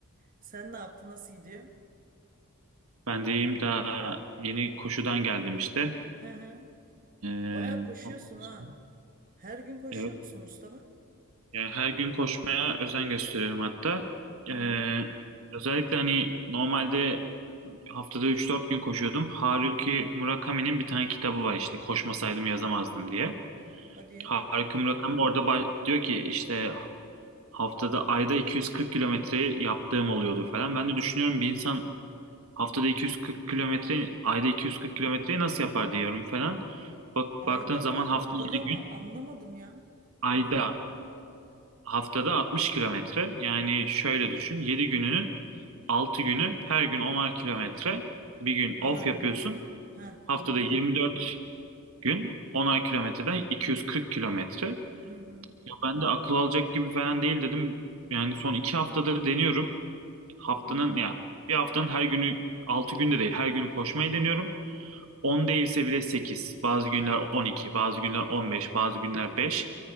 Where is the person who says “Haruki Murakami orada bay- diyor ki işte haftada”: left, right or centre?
Right